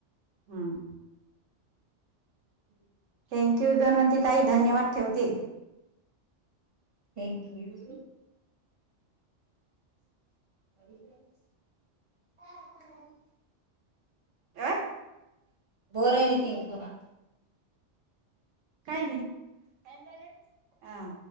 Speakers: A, on the right; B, on the right.
A: हम्म
B: <inaudible>
A: थँक्यू धनवंती ताई धन्यवाद ठेवते.
B: Thank you. <inaudible>
A: काय?
B: <unintelligible>
A: काय नाही आ